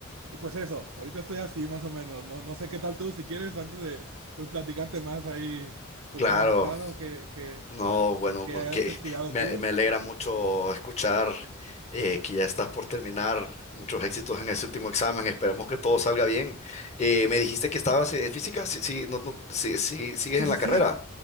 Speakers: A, on the right; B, on the left.
A: Y pues eso, ahorita estoy así más o menos, no, no sé qué tal tú, si quieres, antes de pues, platicarte más ahí, con
B: Claro,
A: cómo has estado, qué, qué,
B: no, bueno,
A: qué
B: gu-
A: has
B: que
A: estudiado
B: me,
A: tú.
B: me alegra mucho escuchar eh, que ya estás por terminar. Muchos éxitos en ese último examen. Esperemos que todo salga bien. Eh, me dijiste que estabas en física, sí, sí, no, no, sí, sí, sigues
A: Sí,
B: en
A: sí,
B: la
A: sí.
B: carrera.